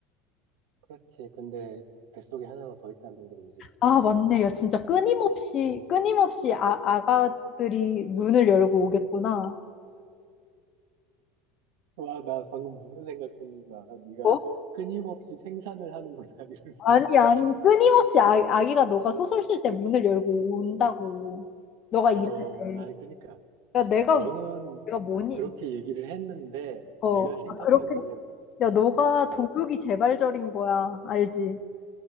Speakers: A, on the right; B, on the left.
A: 그렇지. 근데 뱃속에 하나가 더 있다는 게 문제지.
B: 아, 맞네. 야, 진짜 끊임없이, 끊임없이 아, 아가들이 문을 열고 오겠구나.
A: 와, 나 방금 무슨 생각했는지 알아? 네가
B: 어?
A: 끊임없이 생산을 하는구나, <laughs> 이러면서
B: 아니,
A: 말할
B: 아니,
A: 줄
B: 끊임없이 아, 아기가 너가 소설 쓸 때 문을 열고 온다고. 너가
A: 알아.
B: 일할
A: 어,
B: 때.
A: 아, 그러니까.
B: 야, 내가,
A: 너는
B: 내가 뭐니,
A: 그렇게 얘기를 했는데,
B: 어,
A: 내가
B: 아,
A: 생각하기에,
B: 그렇게. 야, 너가
A: 어,
B: 도둑이
A: 어,
B: 재발절인 거야. 알지?